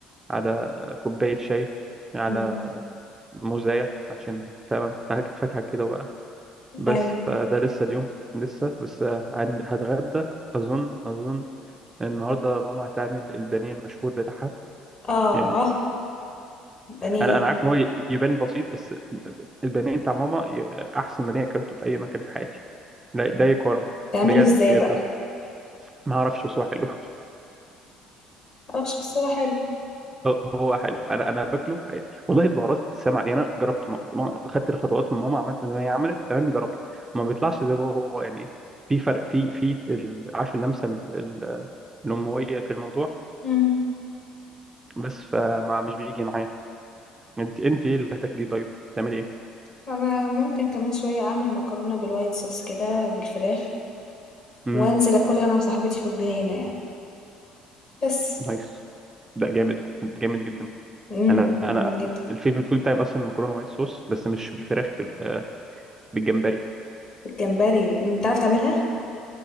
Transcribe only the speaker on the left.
مم.
اي
اه
اه بانيه
مم.
بتعمله
ازاي
بقى
معرفش بس هو حلو
مم.
انا ممكن كمان شويه اعمل مكرونه بالوايت صوص كده بالفراخ
وانزل اكلها انا وصاحبتي في الجنينه يعني بس
امم
جميل جدا
الجمبري انت عارف تعملها